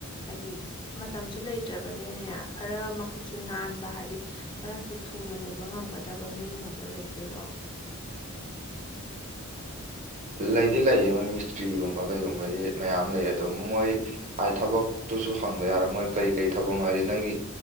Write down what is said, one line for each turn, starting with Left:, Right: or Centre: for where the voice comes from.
Left: ꯍꯥꯏꯗꯤ ꯃꯇꯝꯁꯨ ꯂꯩꯇ꯭ꯔꯥꯕꯅꯤꯅꯅꯦ ꯈꯔ ꯃꯈꯨꯠꯁꯨ ꯅꯥꯟꯕ ꯍꯥꯏꯗꯤ ꯈꯔꯁꯨ ꯊꯨꯅ ꯂꯣꯏꯕ ꯉꯝꯒꯗꯕ ꯃꯤꯒꯨꯝꯕ ꯂꯩꯗꯣꯏꯔꯣ
Right: ꯂꯩꯗꯤ ꯂꯩꯌꯦ ꯃꯣꯏ ꯃꯤꯁꯇ꯭ꯔꯤꯒꯨꯝꯕ ꯀꯩꯒꯨꯝꯕꯁꯦ ꯃꯌꯥꯝ ꯂꯩꯌꯦ ꯑꯗꯨꯝ ꯃꯣꯏ ꯍꯥꯏ ꯊꯕꯛꯇꯨꯁꯨ ꯍꯪꯗ ꯌꯥꯔꫭꯏ ꯃꯣꯏ ꯀꯔꯤ ꯀꯔꯤ ꯊꯕꯛꯅꯣ ꯍꯥꯏꯗꯤ ꯅꯪꯒꯤ